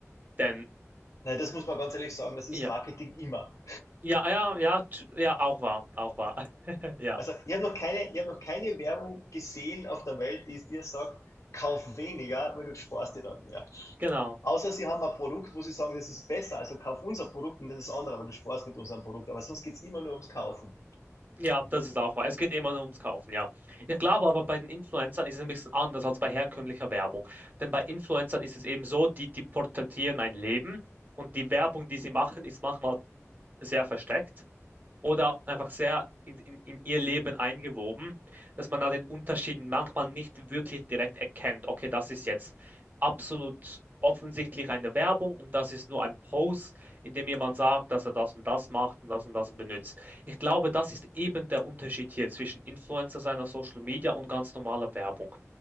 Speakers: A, on the right (about 35°); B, on the left (about 80°).
A: Denn,
B: Nein, das muss man ganz ehrlich sagen, das ist
A: ja,
B: Marketing immer. <laughs>
A: ja, ja, ja, t- ja, auch wahr, auch wahr. <laughs> Ja,
B: Also ich habe noch keine, ich habe noch keine Werbung gesehen auf der Welt, die es dir sagt, kauf weniger, weil du sparst dir dann mehr.
A: genau.
B: Außer sie haben ein Produkt, wo sie sagen, das ist besser, also kauf unser Produkt und das ist andere, weil du sparst mit unserem Produkt. Aber sonst geht's immer nur ums Kaufen.
A: Ja, das ist auch wahr. Es geht immer nur ums Kaufen, ja. Ich glaube aber, bei den Influencern ist es ein bisschen anders als bei herkömmlicher Werbung. Denn bei Influencern ist es eben so, die, die porträtieren ein Leben und die Werbung, die sie machen, ist manchmal sehr versteckt oder einfach sehr in, in, in ihr Leben eingewoben, dass man da den Unterschied manchmal nicht wirklich direkt erkennt. Okay, das ist jetzt absolut offensichtlich eine Werbung und das ist nur ein Post, in dem jemand sagt, dass er das und das macht und das und das benutzt. Ich glaube, das ist eben der Unterschied hier zwischen Influencer sein auf Social Media und ganz normaler Werbung.